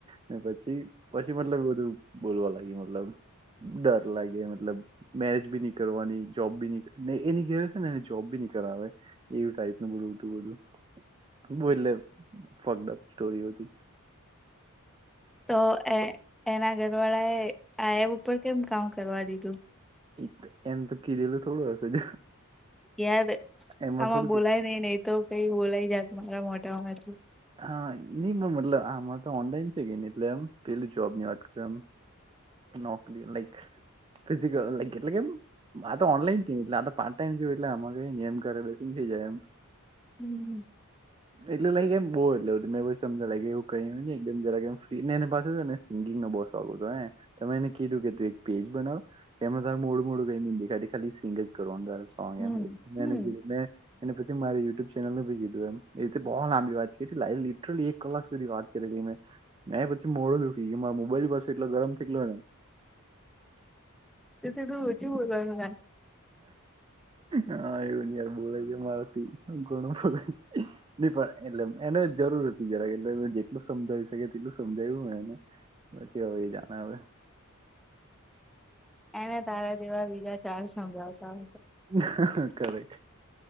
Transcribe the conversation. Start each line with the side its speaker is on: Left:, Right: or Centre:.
Right: ને પછી પછી મતલબ બધું બોલવા લાગે મતલબ ડર લાગે મતલબ મેરેજ બી નહી કરવાની જોબ બી ન એની કે ને એને જોબ બી નહી કરાવે એવું ટાઈપ ન બધું હતું બધું બો એટલે <unintelligible> સ્ટોરીઓથી
Centre: તો એ એના ઘરવાળા એ આ એપ ઉપર કેમ કામ કરવા દીધું
Right: એતો એમ તો કીધેલ થોડું હશે જ
Centre: યાર
Right: એમાં
Centre: આમાં
Right: થોડું
Centre: બોલાય નઈ નઈ તો કંઈ બોલાય જાત મારા મોઢામાંથી
Right: હા ની પણ મતલબ આમાં તો ઓનલાઈન છે કે ની એટલે એમ પેલું જોબની વાત કરુ નોકરી લાઈક્સ ફિઝિકલ લાઈ એટલે કેમ આ તો ઓનલાઈન કે ની એટલે આ તો પાર્ટ ટાઈમ જેવુ એટલે આમાં કંઈ જેમ કરે બેસીને થઈ જાય એમ
Centre: હમ્મ, હમ્મ.
Right: એટલે લાઈક એમ બો એટલે <unintelligible> લાઈક એવુ કંઈ ની <unintelligible> એમ જરાક એમ ફ્રી ને એને પાસે ને સિંગિંગ નો બો શોખ ઉતો હે તો મેં એને કીધું કે તું એક પેજ બનાવ તેમાં તારે મોડું મોડું <unintelligible> ખાલી સિંગ જ કરવાનું તારે <unintelligible>
Centre: હમ
Right: મે
Centre: હમ
Right: એનેપછી મારી યુટ્યુબ ચેનલનું ભી કીધું એમ એ રીતે બો લાંબી વાત એ રીતે લા લિટરલી એક કલાક સુધી વાત કરેલી મે મેં પછી મોડુ દુઃખી ગ્યુ માર મોબાઈલ પછ એટલો ગરમ થગ્લો ને
Centre: તથી તુ ઓછે ભૂલણ ના
Right: હા એવું જ યાર બોલાઈ ગ્યુ મારાથી ઘણું બોલાઈ જ ની પણ <unintelligible> એટલે એને જરૂર હતી જરા કે એટલે જેટલું સમજાવી શકે તેટલું સમજાવ્યું મે એને પછી હવે એ જાને હવે
Centre: એને તારા જેવા બીજા ચાર સમજાવશે
Right: હ કરેક